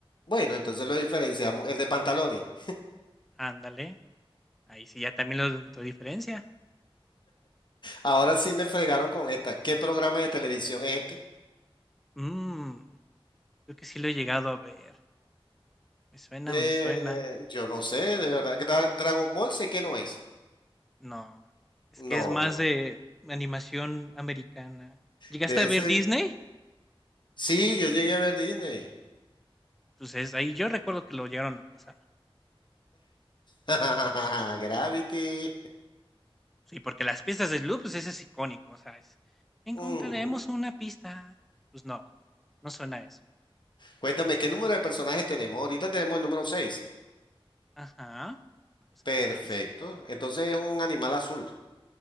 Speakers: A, on the left; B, in the centre.
A: Bueno, entonces lo diferenciamos, el de pantalones.
B: Ándale. Ahí sí, ya también lo otra diferencia.
A: Ahora sí me fregaron con esta. ¿Qué programa de televisión es este?
B: Mmm, creo que sí lo he llegado a ver. Me suena,
A: Eh,
B: me suena.
A: yo no sé, de verdad. Dra- Dragon Ball sé que no es.
B: No. Es
A: No,
B: que es más
A: no.
B: de animación americana. ¿Llegaste
A: Debe
B: a ver
A: ser.
B: Disney?
A: Sí, yo llegué a ver Disney.
B: Entonces ahí yo recuerdo que lo llegaron a pasar.
A: <laughs> Gravity.
B: Sí, porque las pistas de Sloop, pues ese es icónico, o sea, es, encontraremos
A: Ujú.
B: una pista. Pues no, no suena a eso.
A: Cuéntame, ¿qué número de personajes tenemos? Ahorita tenemos el número seis
B: Ajá, vamos
A: Perfecto.
B: en el 6.
A: Entonces es un animal azul,